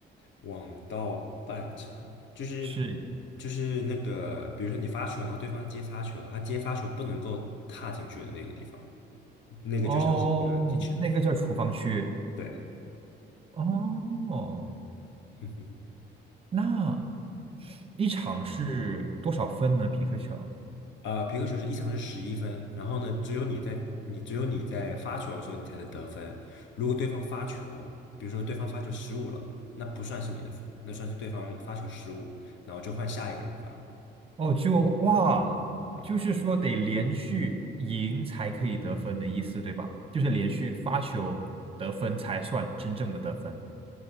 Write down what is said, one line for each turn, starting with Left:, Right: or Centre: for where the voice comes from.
Left: 网到半场就是
Right: 是，
Left: 就是那个，比如说你发球，然后对方接发球，他接发球不能够踏进去的那个地方。那个就像是一个
Right: 哦，
Left: teacher，
Right: 那个叫厨房区。
Left: 对，
Right: 哦，
Left: 嗯，<laughs> 哼哼
Right: 那一场是多少分呢？皮克球？
Left: 啊，皮克球是一场是十一分，然后呢，只有你在你只有你在发球的时候你才能得分，如果对方发球，比如说对方发球失误了，那不算是你的分，那算是对方发球失误，然后就换下一个人发，
Right: 哦，就哇，
Left: 嗯，
Right: 就是说得连续赢才可以得分的意思，对吧？就是连续发球得分才算真正的得分，